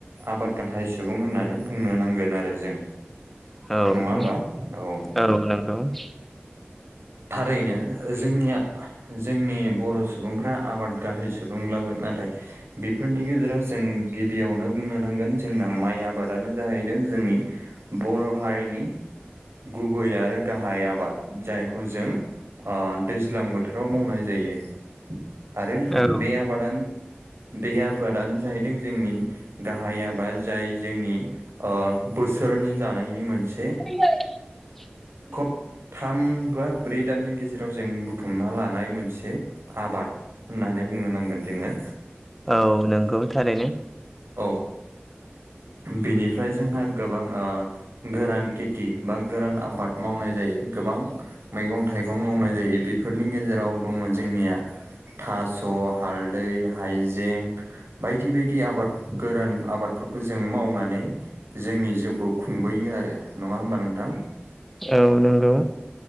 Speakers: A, on the right (about 85°); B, in the centre.
A: आबाद गाहाय सुबुं होननानै बुंनो नांगोन आरो जों।
B: औ।
A: नङा होमबा औ।
B: नोंगौ। <inaudible>
A: थारैनो जोंनिया जोंनि बर' सुबुंफ्रा आबाद गाहाय सुबुंब्लाबो नाथाय बिफोरनि गेजेराव जों गिबियावनो बुंनो नांगोन जोंना माइ आबादानो जाहैदों जोंनि बर' हारिनि गुबै आरो गाहाय आबाद। जायखौ जों ओ दैज्लां बोथोराव मावनाय जायो। आरो
B: औ
A: बे आबादानो बे आबादानो जाहैदों जोंनि गाहाय आबा जाय जोंनि ओ बोसोरनि जानायनि मोनसे
B: <inaudible>
A: खब थाम बा ब्रै दाननि गेजेराव जों बुथुमना लानाय मोनसे आबाद होननानै बुंनो नांगोन जोङो।
B: औ नोंगौ थारैनो।
A: औ बेनिफ्राय जोंहा गोबां ओ गोरान खेथि बा गोरान आबाद मावनाय जायो गोबां मैगं थाइगं मावनाय जायो बेफोर नि गेजेराव दङ जोंनिया थास' हालदै हाइजें बायदि बायदि आबाद गोरान आबादफोरखौ जों मावनानै जोंनि जिउखौ खुंबोयो आरो नङा होमबा नोंथां
B: औ नंगौ